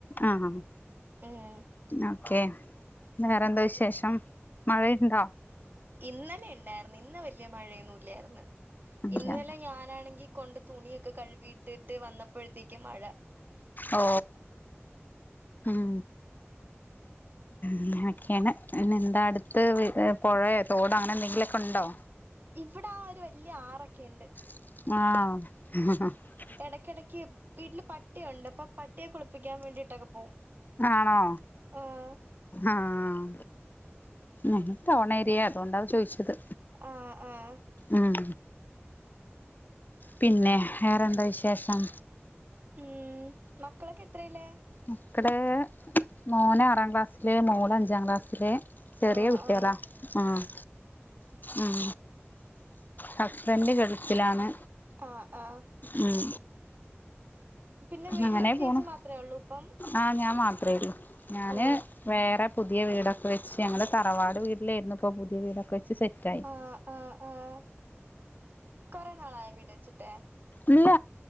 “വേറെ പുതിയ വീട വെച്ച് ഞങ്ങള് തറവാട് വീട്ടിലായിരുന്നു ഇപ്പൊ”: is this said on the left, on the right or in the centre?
Left